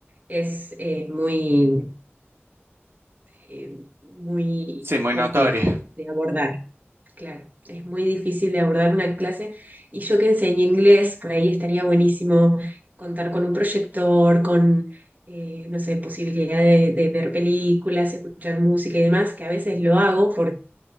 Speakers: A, on the right; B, on the right.
A: es eh, muy eh, muy
B: Sí, muy
A: complejo
B: notoria,
A: de abordar. Claro, es muy difícil de abordar una clase y yo que enseño inglés, por ahí estaría buenísimo contar con un proyector, con, eh, no sé, posibilidad de, de, ver películas, escuchar música y demás, que a veces lo hago porque